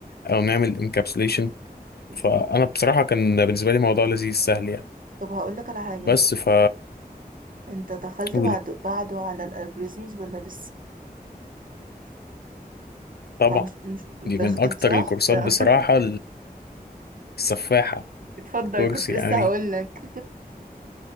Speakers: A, on the left (about 85°); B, on the right (about 60°).
A: او نعمل انكابسوليشن
B: بالظبط
A: فانا بصراحه كان بالنسبه لي موضوع لذيذ سهل يعني
B: طب هقولك على حاجة
A: بس ف
B: انت دخلت
A: قولي
B: بعد بعده على الالجوريزمز ولا لسه
A: طبعا
B: آه، مش مش دخلت
A: دي من اكتر
B: صح
A: الكورسات
B: <laughs>
A: بصراحه السفاحه
B: اتفضل
A: كورس
B: كنت
A: يعني
B: لسه هقولك